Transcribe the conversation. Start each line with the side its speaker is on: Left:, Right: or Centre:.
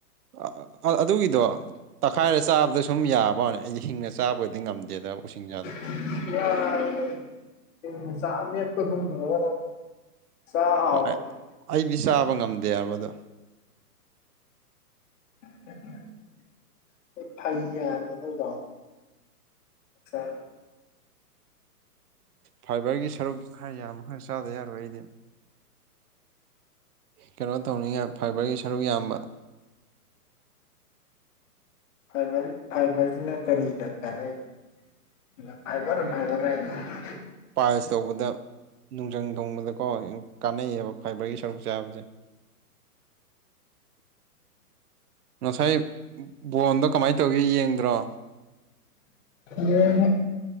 Right: ꯑꯥ ꯑꯥ ꯑꯗꯨꯒꯤꯗꯣ ꯇꯛꯈꯥꯏꯔ ꯆꯥꯕꯗ ꯁꯨꯝ ꯌꯥꯕ ꯋꯥꯅꯦ ꯑꯩꯗꯤ ꯍꯤꯡꯅ ꯆꯥꯕꯒꯗꯤ ꯉꯝꯗꯦꯗ ꯎꯁꯤꯡꯁꯥꯗꯣ
Left: <unintelligible> ꯌꯥꯏꯌꯦ ꯍꯤꯡꯅ ꯆꯥ ꯑꯃꯦꯠꯄꯒꯨꯝꯕꯗꯣ ꯑꯗꯨꯝ ꯆꯥ ꯍꯥꯎꯕꯅꯦ
Right: ꯍꯣꯏ ꯑ ꯑꯩꯗꯤ ꯆꯥꯕ ꯉꯝꯗꯦ ꯍꯥꯏꯕ ꯑꯗꯣ
Left: <unintelligible> ꯍ‌ꯣꯏ ꯐꯩ ꯍꯥꯏꯕꯅ‌ꯦ ꯑꯗꯨꯗ‌ꯣ ꯈꯔ
Right: ꯐꯥꯏꯕꯔꯒꯤ ꯁꯔꯨꯛ ꯈꯔ ꯌꯥꯝ ꯈꯔ ꯆꯥꯗ ꯌꯥꯔꯣꯏ ꯑꯩꯗꯤ ꯀꯩꯅꯣ ꯇꯧꯅꯤꯡꯉꯥꯢ ꯐꯥꯏꯕꯔꯒꯤ ꯁꯔꯨꯛ ꯌꯥꯝꯕ
Left: ꯐꯥꯢꯕꯔ ꯐꯥꯏꯕꯔꯖꯤꯅ ꯀꯔꯤꯗ ꯀꯥꯟꯅꯩꯅꯣ ꯐꯥꯏꯕꯔ ꯐꯥꯏꯕꯔ ꯍꯥꯏ <unintelligible>
Right: ꯄꯥꯢꯜꯁ ꯇꯧꯕꯗ ꯅꯨꯡꯖꯪ ꯊꯨꯡꯕꯗꯀꯣ ꯀꯥꯟꯅꯩꯌꯦꯕ ꯐꯥꯏꯕꯔꯒꯤ ꯁꯔꯨꯛ ꯆꯥꯕꯖ‌ꯦ ꯉꯁꯥꯏ ꯕꯣꯟꯗꯣ ꯀꯃꯥꯏꯅ ꯇꯧꯒꯦ ꯌꯦꯡꯗ꯭ꯔꯣ
Left: ꯌꯦꯡꯉꯦ